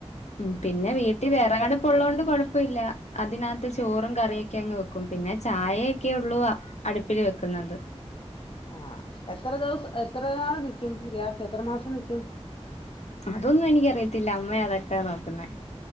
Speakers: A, on the left; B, on the left.
A: ഉം പിന്നെ വീട്ടിൽ വെറകടുപ്പ് ഉള്ളോണ്ട് കൊഴപ്പൊല്ല അതിനാത്ത് ചോറും കറിയൊക്കെ അങ്ങ് വെ <unintelligible> പിന്നെ ചായയൊക്കെള്ളൂ അടുപ്പില് വെക്കുന്നത്
B: ആഹ് എത്ര ദിവസ് എത്ര നാള് നിക്കും ഗ്യാസ് എത്ര മാസം നിക്കും
A: അതൊന്നും എനിക്കറിയത്തില്ല അമ്മയേതൊക്കെ നോക്കുന്നെ